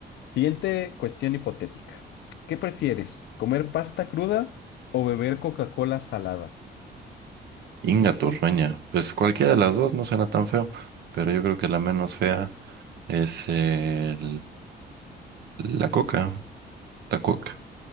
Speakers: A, on the left; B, on the right.
A: siguiente cuestión hipotética. ¿Qué prefieres, comer pasta cruda o beber Coca-Cola salada?
B: Inga Turrueña. Pues cualquiera de las dos no suena tan feo, pero yo creo que la menos fea es el- la coca. La coca.